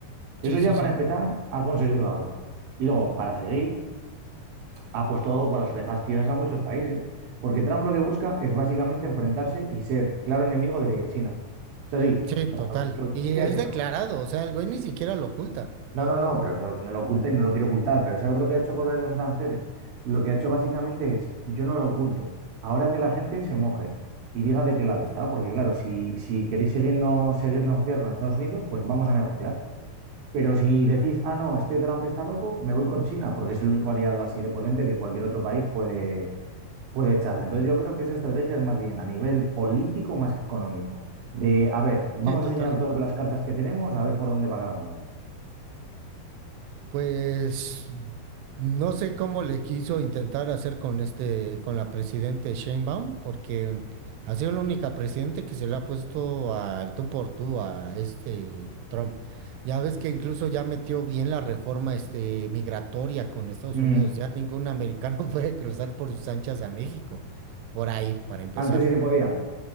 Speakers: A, on the right; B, on the right.
A: Eso
B: Sí,
A: ya
B: sí,
A: para
B: sí.
A: empezar ha conseguido algo. Y luego, para seguir, ha puesto con las orejas tiesas a muchos países, porque Trump lo que busca es básicamente enfrentarse y ser claro enemigo de China. Es así,
B: Sí,
A: o sea,
B: total.
A: lo, lo que
B: Y
A: quiere
B: has
A: es eso.
B: declarado, o sea, el güey ni siquiera lo oculta.
A: No, no, no, pero no, no lo oculta y no lo quiere ocultar, pero ¿sabes lo que ha hecho con lo de los aranceles? Lo que ha hecho básicamente es, yo no lo oculto, ahora que la gente se moje y diga de qué lado está, porque claro, si, si queréis siguiendo, seguir negociar con Estados Unidos, pues vamos a negociar. Pero si decís, ah, no, este Trump está loco, me voy con China, porque es el único aliado así de potente que cualquier otro país puede, puede echarse. Entonces yo creo que esa estrategia es más bien a nivel político más que económico. De, a ver, vamos
B: Sí, total.
A: a enseñar todas las cartas que tenemos, a ver por dónde va cada uno.
B: Pues no sé cómo le quiso intentar hacer con este, con la presidente Sheinbaum, porque ha sido la única presidente que se le ha puesto al tú por tú a este Trump. Ya ves que incluso ya metió bien la reforma este migratoria con Estados
A: Mm,
B: Unidos. Ya ningún americano <laughs> puede cruzar por sus anchas a México. Por ahí, para empezar.
A: ¿Antes sí se podía?